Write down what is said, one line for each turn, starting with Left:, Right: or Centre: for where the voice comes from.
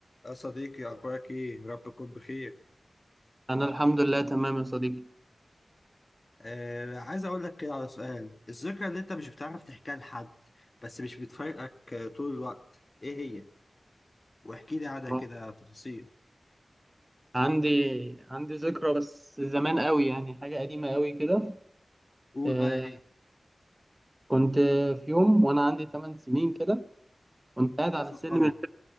Left: يا صديقي أخبارك إيه؟ يا رب تكون بخير.
Right: انا الحمد لله تمام يا صديقي
Left: آه عايز أقول لك كده على سؤال، الذكرى اللي أنت مش بتعرف تحكيها لحد بس مش بتفارقك آه، طول الوقت، إيه هي؟ واحكي لي عنها
Right: آه،
Left: كده تفاصيل،
Right: عندي عندي ذكرى بس زمان قوي يعني حاجه قديمه قوي كده
Left: قول
Right: آه
Left: بقى إيه؟
Right: كنت في يوم وانا عندي 8 سنين كده كنت قاعد
Left: كنت
Right: على
Left: لسه
Right: سلم
Left: صغير،
Right: البيت